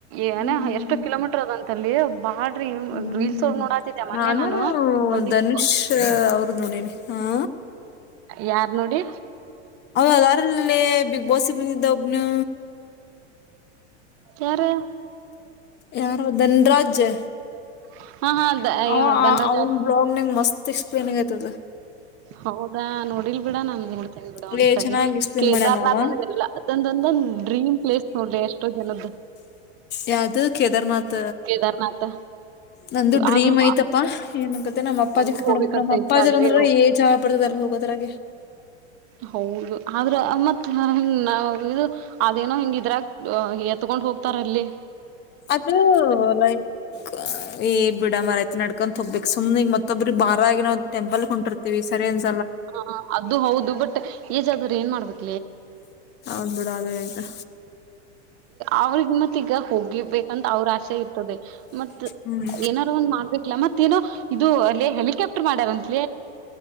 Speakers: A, on the right; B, on the left.
A: ಏನ
B: ಹ್ಮ್
A: ಎಷ್ಟು ಕಿಲೋಮೀಟರ್ ಅದಂತಲ್ಲಿ. ಬಾಳ್ರಿ
B: ಹ್ಮ್
A: ರೀಲ್ಸ್ ಅವ್ರ ನೋಡಾತಿದ್ದೆ ಮೊನ್ನೆ
B: ನಾನು
A: ಬಂದಿತ್ತು
B: ಧನುಷ್ ಅವ್ರ ನೋಡಿನಿ ಹ, ಹಾ,
A: ಯಾರ್ ನೋಡಿ.
B: ಅದಾರಲ್ಲೇ ಬಿಗ್ ಬಾಸ್ ಗಿ ಬಬಂದಿದ ಒಬ್ಬನು.
A: ಯಾರ್.
B: ಯಾರು ಧನರಾಜ್.
A: <inaudible>
B: ಹ
A: ಧನ್ರಾಜ್
B: ಅವನ್ ಬ್ಲಾಗ್ನಂಗ್ ಮಸ್ತ್ ಎಕ್ಸ್ಪ್ಲೇನ್ಂಗ ಆಯ್ತದ.
A: ಹೌದಾ ನೋಡಿಲ್ ಬಿಡ ನಾನ್ ನೋಡ್ಡ್ತೇನಿ ಬಿಡ. ಒಂದ್ಸಾರಿ
B: ಲೇ ಚೆನ್ನಾಗ್ ಎಕ್ಸ್ಪ್ಲೇನ್
A: ಕೇದಾರನಾಥ
B: ಮಾಡ್ಯಾನ ಅವ
A: ಅಂದ ಅದಂದೊಂದ ಡ್ರೀಮ್ ಪ್ಲೇಸ್ ನೋಡ್ರಿ ಎಷ್ಟೋ ಜನದ್ದ.
B: ಯಾವ್ದ ಕೇದಾರನಾಥ.
A: ಕೇದಾರ್ನಾಥ
B: ನಂದು ಡ್ರೀಮ್
A: ಆದ್ರೂ
B: ಐ್ತಪ್ಪ. ಏನಕತ್ತ, ನಮ್ಮ್ ಅಪ್ಪಾಜಿ
A: ನಂಗೂ
B: ಕತ್ಕೊಂಡಬೇಕು
A: ಹೋಗ್ಬೇಕಂತ
B: ನಮ್ಮ್ ಅಪ್ಪಾಜರ
A: ಐತಿ ಅಲ್ಲಿ
B: ಅಂದ್ರಏ ಚಹಾ ಬಡದಲ್ ಹೋಗೋದ್ರಾಗೆ,
A: ಹೌದು ಆದ್ರ ಮತ್ ಹ ನ ಇದು ಅದೇನೋ ಹಿಂಗ ಇದ್ರಾಗ ಎತ್ಕೊಂಡ್ ಹೋಗ ಹೋಗ್ತಾರಲ್ಲಿ.
B: ಅದು ಲೈಕ್ ಈ ಬಿಡ ಮರಐತ್ ನಡ್ಕೊ ತೋಹೋಬೀಕ್ ಮತ್ತೊಬ್ಬರಿಗಿ ಬಾರ ಆಗಿ ನಾವು ಟೆಂಪಲ್ಕ ಹೊಂಟಿಇರ್ತೀವಿ ಸರಿ ಅನೆಸ್
A: ಹ ಅದು ಹೌದು ಬಟ್ ಏಜ್ ಆದ್ರೂ ಏನ್ ಮಾಡ್ಬೇಕ.
B: ಹೌದ್ಬಿಡ ಅೇ ಆಯ್ತಾ
A: ಅವ್ರಿಗೆ ಮತ್ತ ಈಗ ಹೋಗಿರ್ಬೇಕಂತ ಅವ್ರ ಆಸೆ ಇರ್ತ ಮತ್
B: ಹ್ಮ್
A: ಏನಾದಾರು ಒಂದ್ ಮಾಡ್ಬೇಕಲ ಮತ್ತೇನೋ ಇದು ಅಲ್ಲಿ ಹೆಲಿಕಾಪ್ಟರ್ ಮಾಡ್ಯಾರಂತ